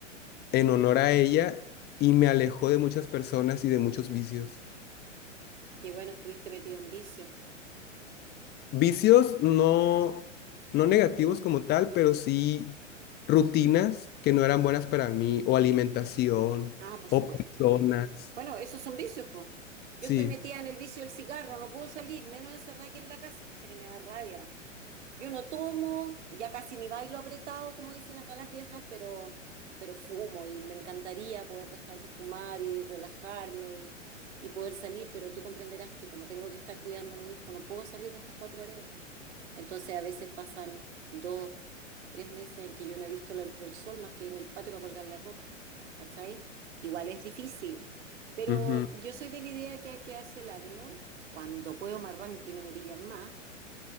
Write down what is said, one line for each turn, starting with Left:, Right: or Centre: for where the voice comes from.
Left: en honor a ella y me alejó de muchas personas y de muchos vicios.
Right: Que bueno, estuviste metido en vicio.
Left: Vicios no, no negativos como tal, pero sí rutinas que no eran buenas para mí, o alimentación,
Right: Ah, por
Left: o
Right: supuesto.
Left: personas.
Right: Bueno, esos son vicios, po. Yo
Left: Sí.
Right: estoy metida en el vicio del cigarro, no puedo salir, menos encerrada aquí en la casa. O sea que me da rabia. Yo no tomo, ya casi ni bailo apretado, como dicen acá las viejas, pero, pero fumo y me encantaría poder dejar de fumar y relajarme y, y poder salir, pero tú comprenderás que como tengo que estar cuidando a mi hijo, no puedo salir de estas cuatro paredes. Entonces a veces pasan dos, tres meses en que yo no he visto la luz del sol más que en el patio para colgar la ropa, ¿cachai? Igual es difícil, pero
Left: ujú.
Right: yo soy de la idea que hay que darse el ánimo. Cuando puedo me arranco y no me pillan más